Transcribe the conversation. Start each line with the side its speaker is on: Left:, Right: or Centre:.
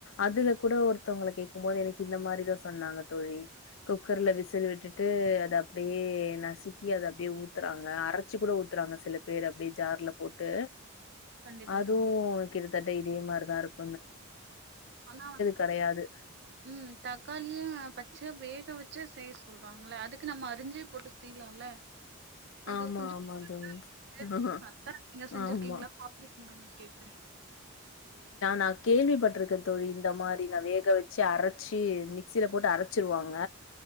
Left: அதுல கூட ஒருத்தவங்கள கேட்கும் போது எனக்கு இந்த மாதிரிதான் சொன்னாங்க தோழி குக்கர்ல விசில் விட்டுட்டு விட்டு அதை அப்படியே நசுக்கி அதை அப்படியே ஊத்துறாங்க அரைச்சு கூட ஊத்துறாங்க சில பேர் அப்படியே ஜார்ல போட்டு
Right: கண்டிப்பா
Left: அதுவும்
Right: தோழி
Left: கிட்டத்தட்ட இதே மாரிதா இருக்கு
Right: ஆனா
Left: கெடையாது.
Right: உம் தக்காளியே பச்சையா வேக வச் ச்சு செய்ய சொல்றாங்கள அதுக்கு நம்ம அரிஞ்சு போட்டு செய்யலாம்ல அது
Left: ஆமா
Right: கொஞ்சம்
Left: ஆமா
Right: இரு
Left: தோழி. ஆஹ
Right: அக்கா நீங்க செஞ்சிருக்கீங்களா
Left: ஆமா.
Right: என்னனு கேக்குறேன்
Left: நான் கேள்விப்பட்டிருக்க தோழி இந்த மாதிரி நான் வேக வச்சு அரைச்சு மிக்சியில போட்டு அரைச்சி வச்சிருவாங்க